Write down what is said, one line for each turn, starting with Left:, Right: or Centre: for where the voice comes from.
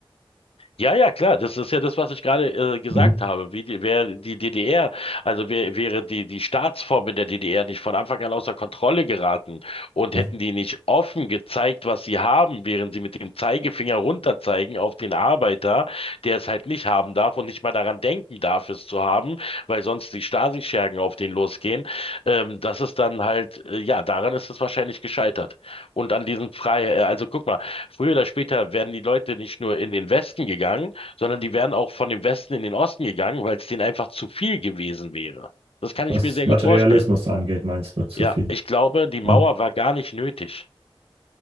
Left: Ja, ja, klar, das ist ja das, was ich gerade äh, gesagt
Right: Mhm.
Left: habe. Wie die, wäre die DDR, also wär, wäre die, die Staatsform in der DDR nicht von Anfang an außer Kontrolle geraten und
Right: Ja.
Left: hätten die nicht offen gezeigt, was sie haben, während sie mit dem Zeigefinger runterzeigen auf den Arbeiter, der es halt nicht haben darf und nicht mal daran denken darf, es zu haben, weil sonst die Stasi-Schergen auf den losgehen. Ähm, das ist dann halt, äh, ja, daran ist es wahrscheinlich gescheitert. Und an diesem Freiheit. also guck mal, Früher oder später werden die Leute nicht nur in den Westen gegangen, sondern die wären auch von dem Westen in den Osten gegangen, weil es denen einfach zu viel gewesen wäre. Das kann
Right: Was
Left: ich mir sehr
Right: Materialismus
Left: gut vorstellen.
Right: angeht, meinst du zu
Left: Ja,
Right: viel?
Left: ich glaube, die Mauer
Right: Ja,
Left: war gar nicht nötig.